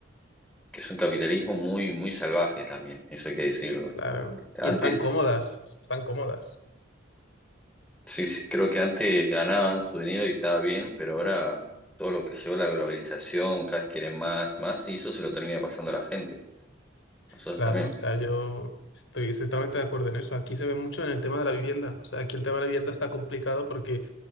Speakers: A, in the centre; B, on the left.
A: que es un capitalismo muy, muy salvaje también, eso hay que decirlo.
B: claro.
A: Antes
B: Y están cómodas, están cómodas.
A: Sí, sí, creo que antes ganaban su dinero y estaba bien, pero ahora todo lo que llevó la globalización, cada vez quieren más, más, y eso se lo termina pasando a la gente, nosotros
B: Claro,
A: también.
B: o sea, yo estoy totalmente de acuerdo en eso. Aquí se ve mucho en el tema de la vivienda. O sea, aquí el tema de la vivienda está complicado porque